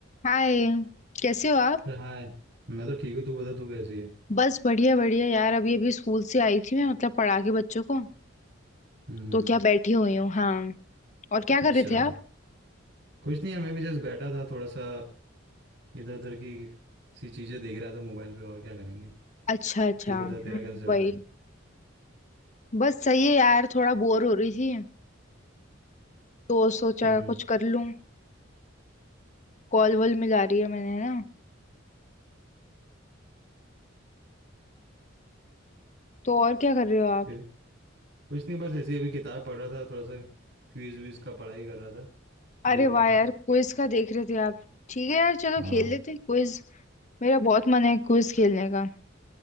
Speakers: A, on the left; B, on the right.
A: हाय कैसे हो आप
B: अरे हाय मैं तो ठीक हूँ तू बता तू कैसी है
A: बस बढ़िया बढ़िया यार अभी अभी स्कूल से आई थी मैं मतलब पढ़ा के बच्चों को
B: हम्म
A: तो क्या बैठी हुई हूँ हाँ और क्या
B: अच्छा
A: कर रहे थे आप
B: कुछ नहीं यार मैं भी जस्ट बैठा था थोड़ा सा इधर उधर की सी चीज़ें देख रहा था मोबाइल पे और क्या करेंगे
A: अच्छा अच्छा
B: तू बता
A: हम्म,
B: तेरा कैसा चल
A: वही
B: रहा है
A: बस सही है यार थोड़ा बोर हो रही थी तो सोचा
B: हम्म
A: कुछ कर लूँ कॉल वॉल मिला रही है मैंने है ना तो और क्या कर रहे हो आप
B: फिर कुछ नहीं बस ऐसे ही अभी किताब पढ़ रहा था थोड़ा सा क्विज विज का पढ़ाई कर रहा था देख
A: अरे
B: रहा
A: वाह
B: था
A: यार क्विज का देख रहे थे आप ठीक है यार चलो
B: हाँ
A: खेल लेते हैं क्विज मेरा बहुत मन है क्विज खेलने का